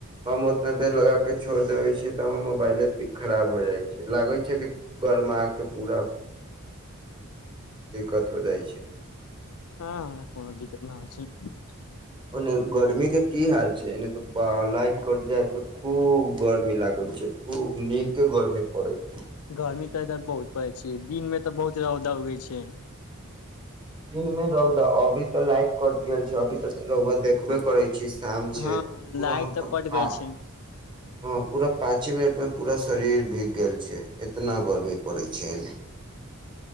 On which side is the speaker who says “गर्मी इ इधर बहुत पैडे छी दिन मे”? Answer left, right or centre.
Left